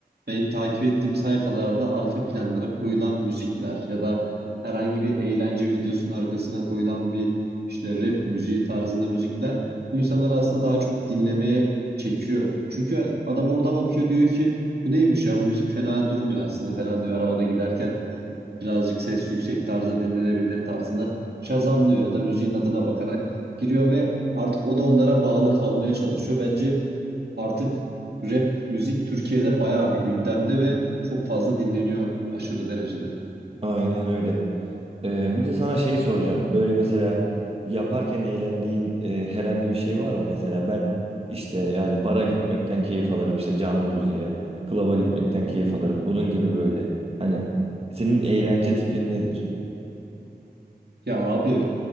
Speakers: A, on the right (about 75°); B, on the right (about 35°).
A: benim takip ettiğim sayfalarda arka planlara koyulan müzikler ya da herhangi bir eğlence videosunun arkasına koyulan bir işte rap müziği tarzında müzikler bu insanları aslında daha çok dinlemeye çekiyor. Çünkü adam orada bakıyor diyor ki bu neymiş ya bu müzik fena durmuyor aslında falan diyor. Arabada giderken birazcık ses yüksek tarzda dinlenebilir tarzında şazamlıyor ya da müziğin adına bakarak giriyor ve artık o da onlara bağlı kalmaya çalışıyor. Bence artık rap müzik Türkiye'de bayağı bir gündemde ve çok fazla dinleniyor aşırı derecede.
B: Aynen öyle. Ee, bir de sana şey soracağım. Böyle mesela yaparken eğlendiğin e, herhangi bir şey var mı? Mesela ben işte yani bara gitmekten keyif alırım işte canlı müziğe, klaba gitmekten keyif alırım. Bunun gibi böyle. Hani senin eğlence tipin nedir?
A: Ya abi